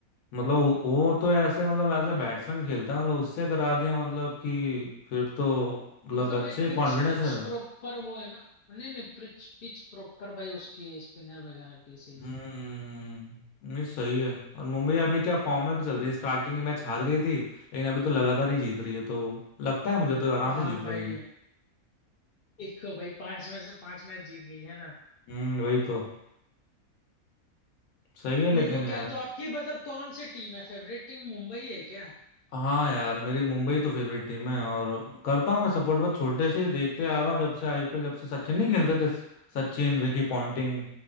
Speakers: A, on the left; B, on the left.
A: मतलब वो वो तो ऐसे मतलब एज ए बैट्समैन खेलता है मतलब उससे करा दिया मतलब कि फिर तो मतलब
B: मतलब भाई
A: अच्छे
B: पिच
A: कॉन्फिडेंस
B: पिच
A: है मैं
B: प्रॉपर वो है ना नहीं नहीं पिच पिच प्रॉपर भाई उसकी स्पिनर वगैरह की इसीलिए
A: हम्म नहीं सही है और मुंबई अभी क्या फॉर्म में भी चल रही है स्टार्टिंग मैच हार गई थी लेकिन अभी तो लगातार ही जीत रही है तो लगता है मुझे तो आराम
B: हाँ
A: से जीत
B: भाई
A: जाएगी
B: देखो भाई पांच में से पांच मैच जीत गई है ना
A: हम्म वही तो सही है लेकिन
B: देखो
A: यार
B: क्या तो आपकी मतलब कौन सी टीम है फेवरेट टीम मुंबई है क्या
A: हाँ यार मेरी मुंबई तो फेवरेट टीम है और करता हूँ मैं सपोर्ट बहुत छोटे से ही देखते आ रहा हूँ जब से आईपीएल जब से सचिन नहीं खेलते थे Sachin Ricky Ponting